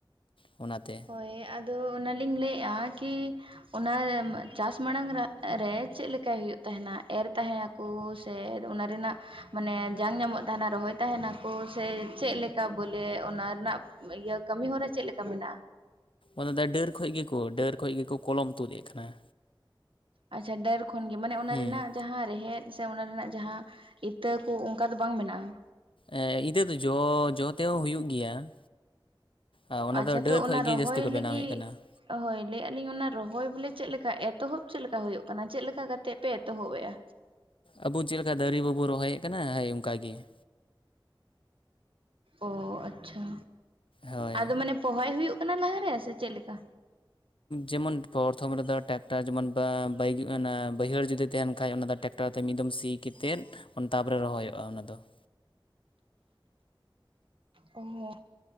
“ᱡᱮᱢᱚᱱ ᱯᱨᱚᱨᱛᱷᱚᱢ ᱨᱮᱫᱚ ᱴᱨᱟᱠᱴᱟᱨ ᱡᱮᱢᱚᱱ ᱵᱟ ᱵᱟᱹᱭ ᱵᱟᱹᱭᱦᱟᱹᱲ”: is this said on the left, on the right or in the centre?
Left